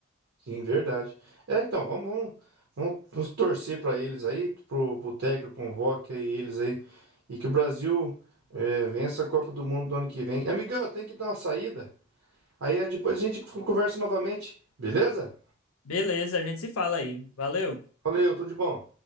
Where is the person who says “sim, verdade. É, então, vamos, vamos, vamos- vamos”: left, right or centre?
Right